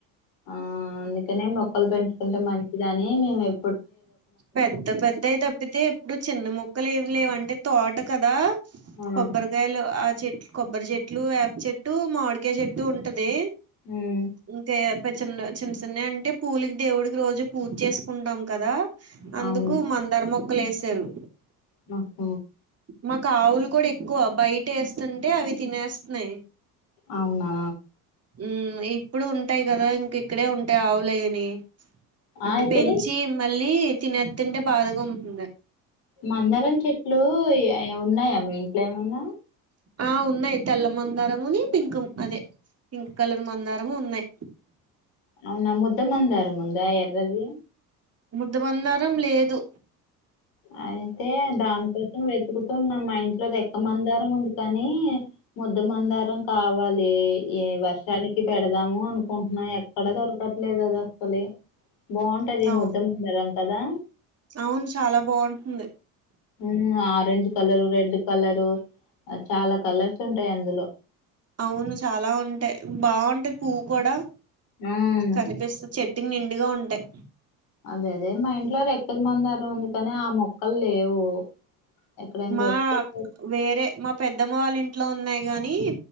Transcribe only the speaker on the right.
పెద్ద పెద్దవి తప్పితే ఇప్పుడు చిన్న మొక్కలు ఏమి లేవు అంటే తోట కదా
కొబ్బరికాయలు ఆ చెట్ కొబ్బరి చెట్లు వేప చెట్టు మామిడికాయ చెట్టు ఉంటది
ఇంతె కొంచెం చిన్న చిన్న చిన్నవి అంటే పూలికి దేవుడికి రోజు పూజ చేసుకుంటాం కదా అందుకు
మందార మొక్కలు ఏసారు
మాకు ఆవులు కూడా ఎక్కువ బయట ఏస్తుంటే అవి తినేస్తున్నాయి
ఉం ఇప్పుడు ఉంటాయి కదా ఇంక ఇక్కడే ఉంటాయి ఆవులయని అంటే
పెంచి మళ్ళీ తినతుంటే బాధగా ఉంటుంది
ఆ ఉన్నాయి తెల్ల మందారముని పింక్ అదే పింక్ కలర్ మందారము ఉన్నాయి
ముద్దమందారం లేదు
అవు
అవును చాలా బాగుంటుంది
అవును చాలా ఉంటాయి బాగుంటె పువ్వు కూడా
కనిపిస్తుంది చెట్టుకి నిండుగా ఉంటాయి
మా
వేరే మా పెద్దమ్మ వాళ్ళ ఇంట్లో ఉన్నాయి గాని